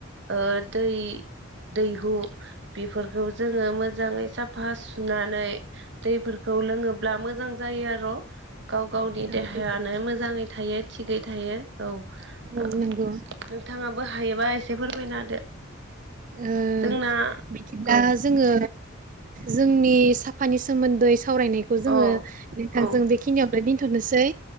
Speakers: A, on the right; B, on the right.
A: ओ दै दैहु बेफोरखौ जोंङो मोजाङै साफा सुनानै दैफोरखौ लोङोब्ला मोजां जायो आर' गाव गावनि
B: नंगौ
A: देहायानो मोजाङै थायो थिगै थायो औ ओ
B: औ नंगौ
A: नोंथाङाबो हायोबा एसे फोरमायना होदो
B: ओ
A: जोंना
B: बिदिब्ला
A: औ
B: जोंङो जोंनि साफानि सोमोन्दै सावरायनायखौ
A: औ
B: जोंङो नोंथांजों
A: औ
B: बेखिनियावनो दिनथ'नोसै